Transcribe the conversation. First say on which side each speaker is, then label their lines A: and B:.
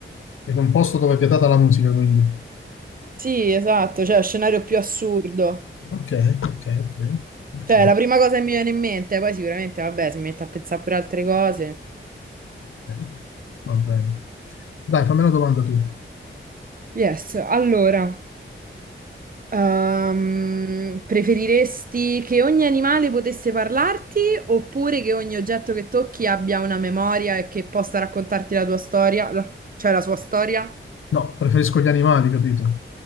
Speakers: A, on the left; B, on the right.
A: In un posto dove è vietata la musica, quindi.
B: Sì, esatto, cioè, scenario più assurdo.
A: Ok, ok, ok, ok,
B: Cioè, è la prima cosa che mi viene in mente, poi sicuramente, vabbè, si mette a pensare pure altre cose.
A: ok. Va bene. Dai, fammi una domanda tu.
B: Yes, allora, ehm, preferiresti che ogni animale potesse parlarti oppure che ogni oggetto che tocchi abbia una memoria e che possa raccontarti la tua storia, la- cioè la sua storia?
A: No, preferisco gli animali, capito?